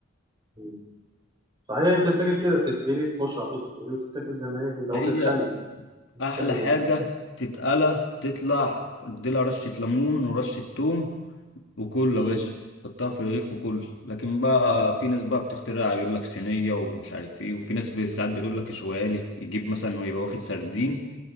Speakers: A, on the right; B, on the left.
A: مم. صحيح هي بتتاكل كده بتتقلي تخش على طول تتقلي وتتاكل زي ما هي كده أو
B: هي
A: تتخلل بتتاكل
B: احلى
A: زي
B: حاجة
A: ما هي
B: تتقلى تطلع اديلها رشة ليمون ورشة توم وكل
A: امم
B: يا باشا حطها في الرغيف وكل لكن بقى في ناس بقى بتخترع بيقول لك صينيه ومش عارف ايه وفي ناس ب- ساعات بتقول لك شوالي يجيب مثلا ويبقى واخد سردين